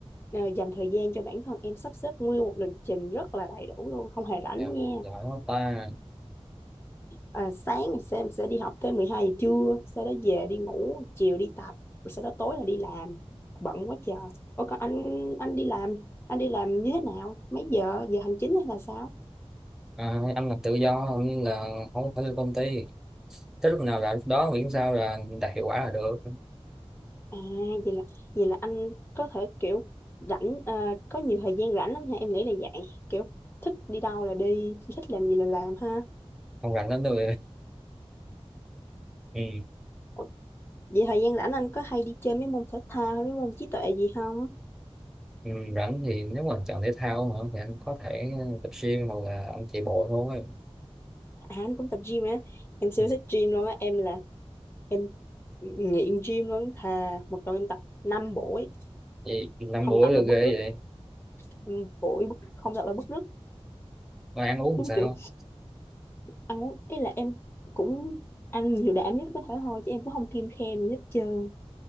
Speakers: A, on the left (about 20°); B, in the centre.
A: ờ, dành thời gian cho bản thân em sắp xếp nguyên một lịch trình rất là đầy đủ luôn không hề rảnh
B: dạ,
A: nha
B: giỏi quá ta
A: à, sáng sẽ em sẽ đi học tới mười hai giờ trưa sau đó về đi ngủ chiều đi tập rồi sau đó tối là đi làm bận quá trời Ủa còn anh anh đi làm anh đi làm như thế nào mấy giờ giờ hành chính hay là sao
B: à, anh làm tự do nên là không phải lên công ty tới lúc nào là lúc đó miễn sao là đạt hiệu quả là được
A: à vậy là vậy là anh có thể kiểu rảnh à, có nhiều thời gian rảnh lắm ha em nghĩ là vậy kiểu thích đi đâu là đi thích làm gì là làm ha
B: không rảnh lắm đâu <laughs> ừ.
A: Ủa, vậy thời gian rảnh anh có hay đi chơi mấy môn thể thao hay mấy môn trí tuệ gì không
B: Ừ, rảnh thì nếu mà chọn thể thao hả thì anh có thể ờ, tập gym hoặc là anh chạy bộ thôi
A: à anh cũng tập gym á em siêu
B: ừ.
A: thích gym luôn á em là em nghiện gym luôn thà một tuần em tập năm buổi
B: vậy năm
A: không
B: buổi
A: tập
B: là
A: là
B: ghê
A: bứt rứt
B: vậy
A: năm buổi bứt- không tập là bứt rứt
B: mà ăn uống làm
A: đúng
B: sao
A: kiểu ăn uống ấy là em cũng ăn nhiều đạm nhất có thể thôi chứ em cũng không kiêng khem gì hết trơn